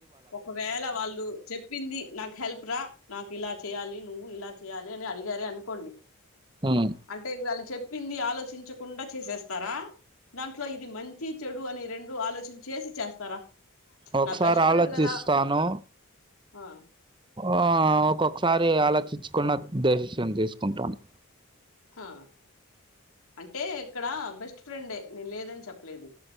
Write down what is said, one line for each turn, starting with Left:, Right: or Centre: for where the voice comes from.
Left: ఒకవేళ వాళ్ళు చెప్పింది, నాక్ హెల్ప్ రా నాకు ఇలా చేయ్యాలి, నువ్వు ఇలా చేయ్యాలి అని అడిగారే అనుకోండి,
Right: ఉమ్,
Left: అంటే వాళ్ళు చెప్ ప్పింది, ఆలోచించకుండా చేసేస్తారా. దాంట్లో ఇది మంచి, చెడు అని రెండు ఆలోచన్ చేసి చేస్తారా.
Right: ఒక్సారి
Left: నా బెస్ట్ ఫ్రెండ్
Right: ఆలోచిస్తాను.
Left: కదా ఆ,
Right: ఆ ఒక్కొక్కసారి ఆలోచిచ్చుకున్న డెశిషన్ తీసుకుంటాను.
Left: హా, అంటే ఇక్కడ బెస్ట్ ఫ్రెండే, నేన్ లేదని చెప్పలేదు.